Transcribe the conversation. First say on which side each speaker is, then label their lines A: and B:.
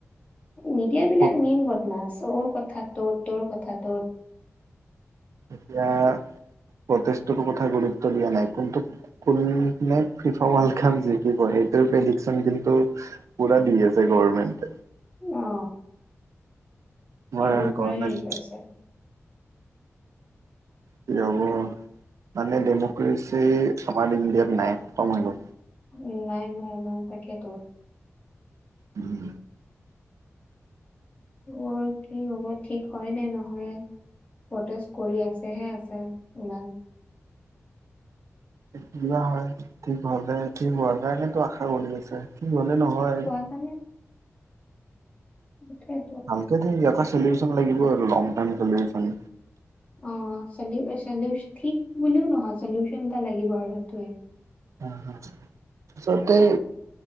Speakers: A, on the left (about 25°); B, on the right (about 80°).
A: মিডিয়া বিলাক
B: ক'ত
A: মেইন বদমাছ অৰ কথা টৌত তোৰ কথা টৌত
B: এতিয়া প্ৰেটেষ্টোৰ কথা গুৰুত্ব দিয়া নাই কোনটোক ফিফা ওৱেলকাপ যিকিবই সেইটোৰ প্ৰেডিকচন কিন্তু পুৰা দি আছে গৰমেণ্টে।
A: অ
B: আমাৰ
A: সেইবোৰ
B: গভৰ্মেণ্ট
A: পুৰা হেৰি কৰিছে। অ
B: কি হ'ব মানে ডেম'ক্ৰেচি আমাৰ ইণ্ডিয়াত নাই খতম হৈ গ'ল
A: উ নাই নাই নাই তাকেইতো
B: উম
A: অ কি হব এতিয়া ঠিক হয় নে নহয় প্ৰটেষ্ট কৰি আছেহে আছে ইমান
B: কিবা হয় ঠিক হলে ঠিক হোৱাৰ কাৰণেটো আশা কৰি আছে ঠিক হলে নহয়
A: সেই কাৰণে মুঠেই
B: তাকে টো ইয়াৰ পৰা চলুচন লাগিব আৰু লং টাইম চলিউচন।
A: অ চলিও চলিও ঠিক বুলিও নহয় চলিউচন এটা লাগিব আৰু সেইটোৱে
B: হয় হয় আচলতে